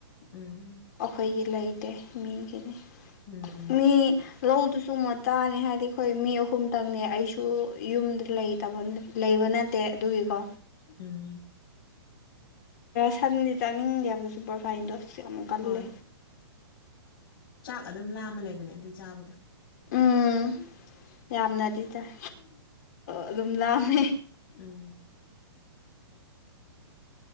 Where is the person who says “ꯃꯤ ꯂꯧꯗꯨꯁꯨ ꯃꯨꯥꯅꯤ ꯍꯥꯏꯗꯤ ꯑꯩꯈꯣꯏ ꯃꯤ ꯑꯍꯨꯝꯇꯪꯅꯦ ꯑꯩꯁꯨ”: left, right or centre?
Left